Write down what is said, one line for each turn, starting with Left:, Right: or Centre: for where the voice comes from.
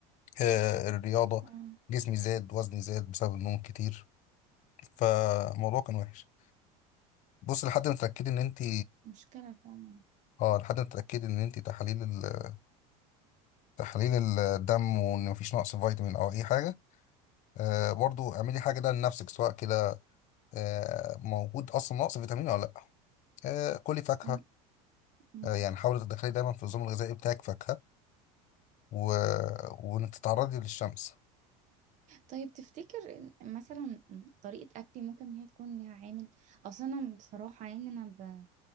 Left: آه الرياضه
Right: اه
Left: جسمي زاد وزني زاد بسبب النوم كتير فالموضوع كان وحش بص لحد ما تتاكدي ان انت
Right: مشكله فعلا
Left: اه لحد ما تتاكدي ان انت تحاليل ال... <hesitation> تحاليل الدم وان مفيش نقص فيتامين او اي حاجه آه برضو اعملي حاجه ده لنفسك سواء كده آه موجود اصلا نقص فيتامين ولا لا آه كلي فاكهه
Right: أنا- مم.
Left: آه يعني حاولي تدخلي دايما في النظام الغذائي بتاعك فاكهه و... وانك تتعرضي للشمس
Right: طيب تفتكر إن مثلا طريقة أكلي ممكن إن هي تكون ليها عامل أصل أنا بصراحة يعني أنا ب-